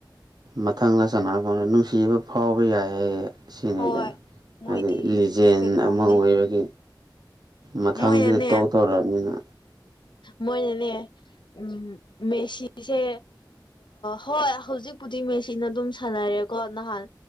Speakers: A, on the right; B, on the left.
A: ꯃꯊꯪꯗ ꯆꯥꯟꯅꯕ ꯐꯪꯉꯔꯣꯢ ꯅꯨꯡꯁꯤꯕ ꯐꯥꯎꯕ ꯌꯥꯏꯌꯦ ꯁꯤꯅꯤꯗ
B: ꯍꯣꯏ ꯃꯣꯏꯗꯤ
A: ꯍꯥꯏꯗꯤ ꯂꯤꯖꯦꯟ
B: ꯑꯁ ꯀꯩꯅꯣꯝꯅꯤ
A: ꯑꯃ ꯑꯣꯏꯔꯗꯤ ꯃꯊꯪꯗꯨꯗꯤ
B: ꯃꯣꯏꯅꯅꯦ
A: ꯇꯣꯛ ꯇꯣꯛꯇꯧꯔꯝꯅꯤꯅ
B: ꯃꯣꯏꯅꯅꯦ ꯎꯝ ꯃꯦꯁꯤꯁꯦ ꯍꯣꯏ ꯍꯧꯖꯤꯛꯄꯨꯗꯤ ꯃꯦꯁꯤꯅ ꯑꯗꯨꯝ ꯁꯥꯟꯅꯔꯦꯀꯣ ꯅꯍꯥꯟ